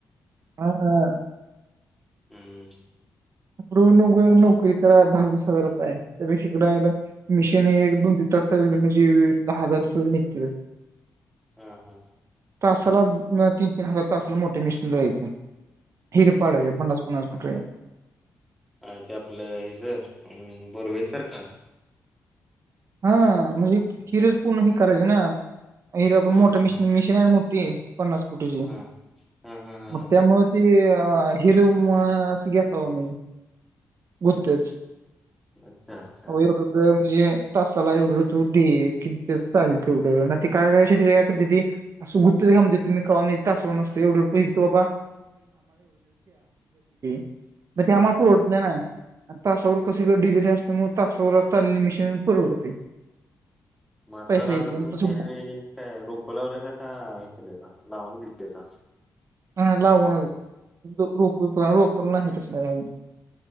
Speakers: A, on the right; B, in the centre.
A: <inaudible> हा.
B: हम्म.
A: <unintelligible> नोकरी करा, दहा, वीस हजार रुपये. त्यापेक्षा इकडं आहे ना. मिशीन एक, दोन, तीन तास चालवले, म्हणजे दहा हजार सहज भेटते.
B: हा हा.
A: तासाला तीन, तीन हजार तासाला मोठे मिशीन राहिल. <inaudible> हिर पाडायच्या पन्नास पन्नास फुट
B: अं ते आपलं हेच अं बोरवेल सारखा
A: हा म्हणजे फिरज पूर्ण ह करायचेे ना हिर आपण
B: हा
A: मोठ
B: हा
A: शी
B: हा
A: मिशीनच मोठीये पन्नास फुटाची.
B: हा हा हा हा
A: मग त्यामु ती हिर अस घेत हो मी. <unintelligible> <inaudible>
B: अच्छा अच्छा
A: वय वृद्ध म्हणजे तासाला एवढं तू दे की, ते चालेल तेवढं. ना ते काय काय अशी रिऍक्ट होता की असं <unintelligible> एवढे एवढे पैसे दे बाबा <unintelligible>
B: हम्म
A: म ते आम्हाला पुरवडत नाही ना. तासावर कस गं डिझेल म तासावरच चाललेली मशीन परवडते.
B: म आता
A: पैसा
B: रानात
A: येते आणि
B: तुम्ही
A: तसं
B: यावेळी काय रोपं लावलेसका का हे केले लावून घेतल्यासा?
A: हा लावूनच रोप बीप रोप नाही तसल्या आम्ही.